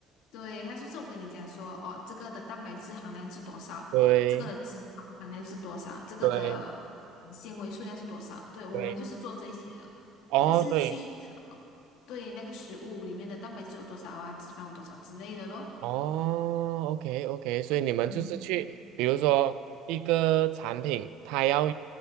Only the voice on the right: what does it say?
对
对
对，哦对。
哦，OK OK，所以你们就是去，
比如说一个产品，它要